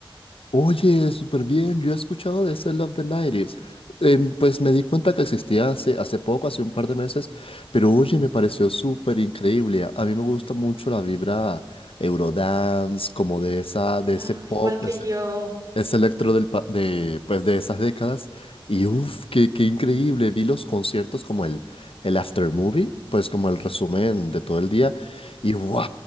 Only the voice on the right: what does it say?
Ah,
igual que
yo.